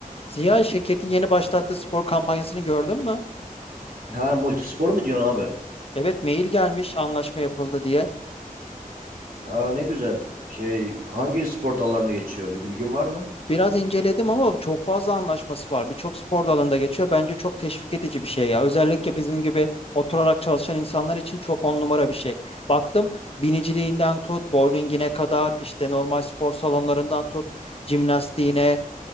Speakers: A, on the left (about 40°); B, on the right (about 85°).
A: Ziya şirketin yeni başlattığı spor kampanyasını gördün mü?
B: Ha multispor mu diyorsun abi?
A: Evet mail gelmiş anlaşma yapıldı diye.
B: Aa ne güzel. Şey hangi spor dallarına geçiyor bir bilgin var mı?
A: Biraz inceledim ama çok fazla anlaşması var. Birçok spor dalında geçiyor. Bence çok teşvik edici bir şey ya. Özellikle bizim gibi oturarak çalışan insanlar için çok on numara bir şey. Baktım biniciliğinden tut, bowlingine kadar, işte normal spor salonlarından tut, jimnastiğine.